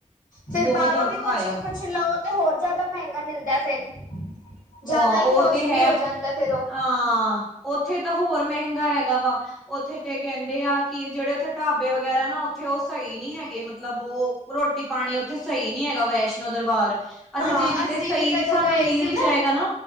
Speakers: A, on the left; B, in the centre.
A: ਫੇਰ
B: ਬਹੁਤ
A: ਬਾਹਰੋਂ
B: ਔਖਾ
A: ਵੀ ਕੋਛ
B: ਆ
A: ਕੋਛ ਲਓ ਤੇ ਹੋਰ ਜਾਦਾ ਮੈਂਗਾ ਮਿਲਦਾ ਫੇਰ।
B: ਹਾਂ
A: ਜਾਦਾ ਈ
B: ਉਹ
A: ਕੋਸਟਲੀ
B: ਤੇ ਹੈ
A: ਹੋ ਜਾਂਦਾ ਫੇਰ ਓ।
B: ਹਾਂ, ਓਥੇ ਤਾਂ ਹੋਰ ਮੈਂਹਗਾ ਹੈਗਾ ਵਾ। ਓਥੇ ਤੇ ਕੈਦੇ ਆ ਕਿ ਜੇੜੇ ਓਥੇ ਢਾਬੇ ਵਗੈਰਾ ਨਾ ਓਥੇ ਓ ਸਈ ਨੀ ਹੈਗੇ ਮਤਲਬ ਓ ਰੋਟੀ-ਪਾਣੀ ਓਥੇ ਸਹੀ ਨਈ ਹੈਗਾ, ਵੈਸ਼ਨੋ ਦਰਬਾਰ। ਅੱਛਾ
A: ਹਾਂ
B: ਜੇ ਕਿਤੇ
A: ਅਸੀਂ
B: ਈ
A: ਜਦੋਂ
B: ਵੀ ਸਾਨੂੰ
A: ਗਏ
B: ਮਿਲ
A: ਸੀ
B: ਵੀ ਜਾਏਗਾ ਨਾ,